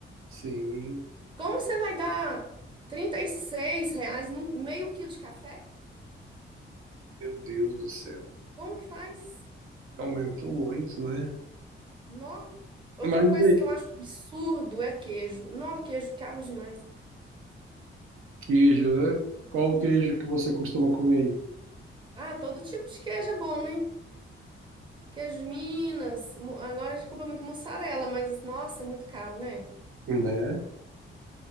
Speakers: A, on the right; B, on the right.
A: Sim,
B: Como que você vai dar 36 reais num meio quilo de café?
A: meu Deus do céu.
B: Como que faz?
A: Aumentou muito, né?
B: Nó. Outra
A: Mas
B: coisa
A: é,
B: que eu acho absurdo é queijo. Nó, queijo caro demais.
A: Queijo, né? Qual o queijo que você costuma comer
B: Ah, todo tipo de queijo é bom, né? Queijo de Minas. mu- Agora a gente compra muito mussarela, mas nossa, é muito caro, né?
A: aí? Né?